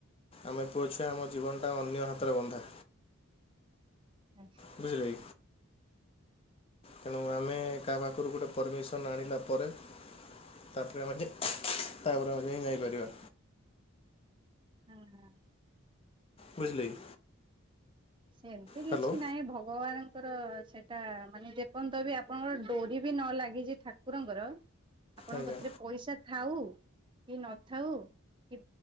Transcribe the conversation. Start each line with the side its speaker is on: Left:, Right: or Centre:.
Left: ଆମେ ପୁଅଛୁଆ ଆମ ଜୀବନଟା ଅନ୍ୟ ହାତରେ ବନ୍ଧା।
Right: ହଁ
Left: ବୁଝିଲେକି? ତେଣୁ ଆମେ କାହା ପାଖ୍ ଉପୁରୁ ଗୋଟେ ପରମିସନ୍ ଆଣିଲା ପରେ, ତା'ପରେ ଆମେ ଯେ ତା'ପରେ ଆମେ ଯାଇଁ ଯାଇପାରିବା।
Right: <inaudible>
Left: ବୁଝିଲେ କି?
Right: ସେମିତି
Left: ହ୍ୟାଲୋ
Right: କିଛି ନାହିଁ ଭଗବାନ ଙ୍କର ସେଟା ମାନେ ଯେପନ୍ତ ବି ଆପଣଙ୍କର ଡୋରି ବି ନ ଲାଗିଛି ଠାକୁରଙ୍କର ଆପଣଙ୍କ
Left: ଆଜ୍ଞା
Right: କତିରେ ପଇସା ଥାଉ କି ନଥାଉ କି